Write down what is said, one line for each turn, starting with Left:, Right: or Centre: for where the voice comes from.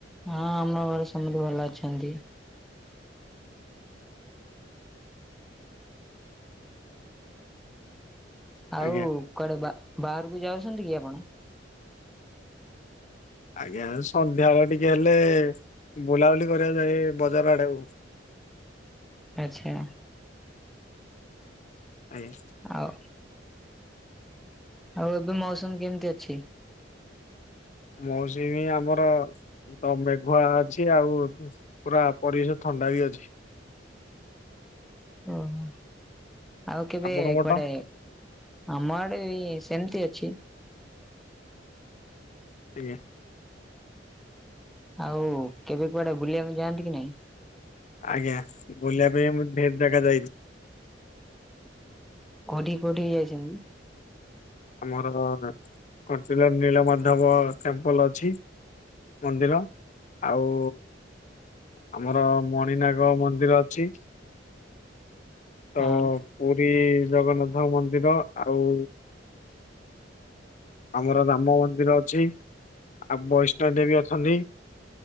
Centre: ହଁ ଆମ ଘରେ ସମସ୍ତେ ଭଲ ଅଛନ୍ତି। ଆଉ
Left: ଆଜ୍ଞା
Centre: କୁଆଡେ ବା ବାହାରକୁ ଯାଉଛନ୍ତି କି ଆପଣ?
Left: ଆଜ୍ଞା ସନ୍ଧ୍ୟାବେଳେ ଟିକେ ହେଲେ ବୁଲାବୁଲି କରିବା ଯାଏ ବଜାର ଆଡେ ଆଉ।
Centre: ଆଚ୍ଛା
Left: ଆଜ୍ଞା
Centre: ଆଉ ଆଉ ଏବେ ମୌସମ କେମିତି ଅଛି?
Left: ମୌସୁମୀ ଆମର ତ ମେଘୁଆ ଅଛି ଆଉ ପୁରା ପରିବେଶ ଥଣ୍ଡା ବି ଅଛି।
Centre: ଓହୋ ଆଉ କେବେ
Left: ଆପଣଙ୍କ ପଟ?
Centre: କୁଆଡେ ଆମ ଆଡେ ବି ସେମିତି ଅଛି।
Left: ଆଜ୍ଞା
Centre: ଆଉ କେବେ କୁଆଡେ ବୁଲିବାକୁ ଯାଆନ୍ତି କି ନାଇଁ?
Left: ଆଜ୍ଞା ବୁଲିବା ପାଇଁ ମୁଁ ଢେର୍ ଜାଗା ଯାଇଚି।
Centre: କୋଉଠିକି କୋଉଠିକି ଯାଇଛନ୍ତି?
Left: ଆମର କଣ୍ଟିଳ ନୀଳମାଧବ ଟେମ୍ପଲ ଅଛି। ମନ୍ଦିର ଆଉ ଆମର ମଣିନାଗ ମନ୍ଦିର ଅଛି। ତ ପୁରୀ
Centre: ହଁ
Left: ଜଗନ୍ନାଥ ମନ୍ଦିର ଆଉ ଆମର ରାମ ମନ୍ଦିର ଅଛି ଆଉ ବୈଷ୍ଣବ ଦେବୀ ଅଛନ୍ତି।